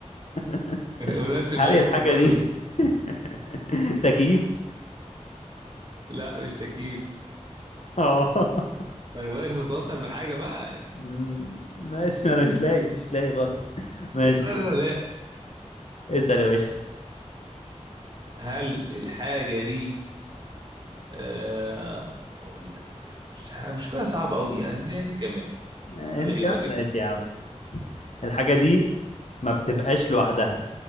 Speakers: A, on the left (about 65°); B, on the right (about 35°).
A: <laughs>
B: ولادة
A: هل
B: بلاستيك
A: الحاجة
B: برضه
A: دي <laughs> تكييف
B: لا مش تكييف
A: اه
B: ما انا بقولك بتتوصل بحاجه بقى
A: مم، ماشي ما انا مش لاقي مش لاقي خالص ماشي
B: لا لا لا
A: اسأل يا باشا
B: هل الحاجه دي آه اقول لك بس مش كلها صعب قوي يعني اديني انت كمان
A: انت
B: حاول اجيبها
A: كمان
B: كده
A: ماشي يا عم الحاجة دي ما بتبقاش لوحدها ما